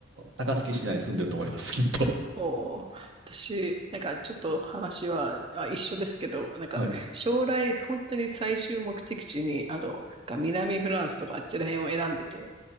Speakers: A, on the right; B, on the right.
A: 高槻市内に住んでると思います、きっと。
B: おー私、なんかちょっと話は、あ、一緒ですけど、なんか将来本当に最終目的地に、
A: はい。
B: あの、が南フランスとかあっちら辺を選んでて、